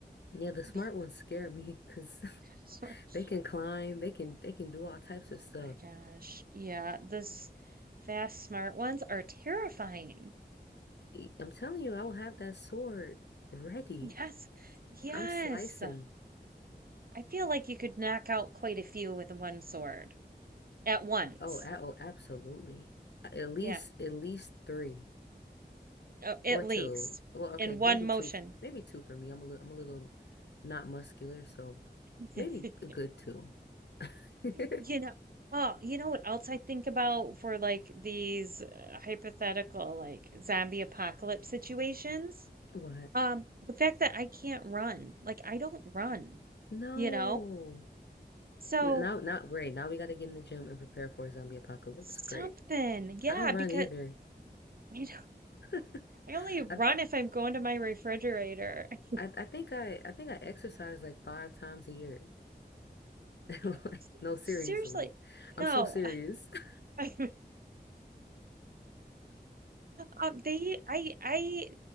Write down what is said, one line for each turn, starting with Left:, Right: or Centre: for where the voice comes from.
Left: Yeah, the smart
Right: Be-
Left: ones scare me because
Right: <laughs>
Left: <laughs> they can climb, they can they can do all types of
Right: Oh
Left: stuff.
Right: my gosh. Yeah, this fast smart ones are terrifying.
Left: E- I'm telling you, I will have that sword ready.
Right: Yes. Yes.
Left: I'm slicing.
Right: I feel like you could knock out quite a few with one sword at once.
Left: Oh, a- oh, absolutely. At least
Right: Yeah,
Left: at least three
Right: uh, at
Left: or
Right: least
Left: two. Well, okay,
Right: in
Left: maybe
Right: one motion.
Left: two, maybe two for me. I'm a little, I'm a little not muscular, so
Right: <laughs>
Left: maybe a good two. <laughs>
Right: You know, oh, you know what else I think about for like these uh, hypothetical like zombie apocalypse situations?
Left: What?
Right: Um, the fact that I can't run. Like I don't run.
Left: No.
Right: you know? So
Left: N- Now, not great. Now we got to get in the gym and prepare for a zombie apocalypse.
Right: something.
Left: Great.
Right: Yeah,
Left: I don't run
Right: because
Left: either.
Right: you know, <laughs>
Left: <laughs>
Right: I only run
Left: I,
Right: if I'm going to my refrigerator. <laughs>
Left: I I think I I think I exercise like five times a year. <laughs>
Right: You
Left: Like,
Right: know,
Left: no, seriously.
Right: Seriously.
Left: I'm
Right: No.
Left: so serious. <laughs>
Right: <laughs> I um they I I